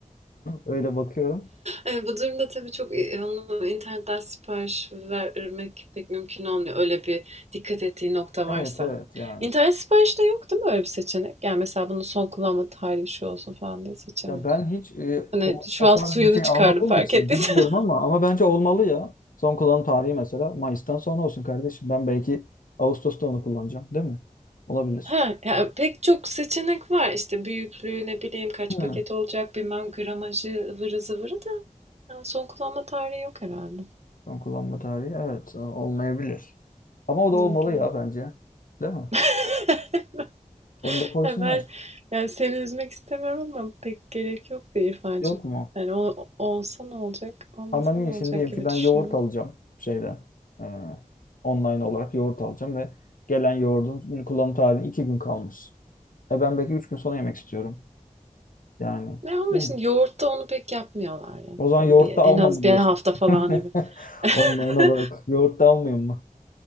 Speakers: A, on the left; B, on the right.
A: Öyle bakıyorum.
B: Eee, bu durumda tabii çok, eee, onu internetten sipariş vermek pek mümkün olmuyor, öyle bir dikkat ettiği nokta
A: Evet
B: varsa.
A: evet yani.
B: İnternet siparişte yok değil mi öyle bir seçenek? Yani mesela bunun son kullanma tarihi şu olsun falan diye seçemiyorsun.
A: Ya ben hiç e,
B: Hani
A: o,
B: şu
A: o
B: an
A: tarz
B: suyunu
A: bir şey
B: çıkardım
A: almadığım
B: fark
A: için
B: ettiysen.
A: bilmiyorum ama ama bence olmalı ya. Son kullanım tarihi mesela Mayıs'tan sonra olsun kardeşim. Ben belki Ağustos'ta onu kullanacağım, değil mi? Olabilir.
B: Ha, ya pek çok seçenek var. işte büyüklüğü ne bileyim kaç
A: Hmm.
B: paket olacak bilmem gramajı ıvırı zıvırı da yani son kullanma tarihi yok herhalde.
A: Son kullanma tarihi evet e, olmayabilir. Ama o
B: Nargilenin.
A: da olmalı ya bence. Değil mi?
B: <laughs>
A: Onu da koysunlar.
B: Ya Ben yani seni üzmek istemiyorum ama pek gerek yok be İrfancığım.
A: Yok mu?
B: Yani ol, olsa ne olacak, olmasa
A: Ama niye
B: ne olacak
A: şimdi diyelim
B: gibi
A: ki ben
B: düşünüyorum.
A: yoğurt alacağım şeyden e, online olarak yoğurt alacağım ve gelen yoğurdun kullanım tarihine iki gün kalmış. E ben belki üç gün sonra yemek istiyorum. Yani
B: Ne ama
A: değil
B: şimdi
A: mi?
B: yoğurtta onu pek yapmıyorlar ya.
A: O zaman yoğurt
B: Yani bir,
A: da almam
B: en az bir
A: diyorsun.
B: hafta falan
A: <laughs>
B: gibi. <laughs>
A: Online olarak yoğurt da almayayım mı?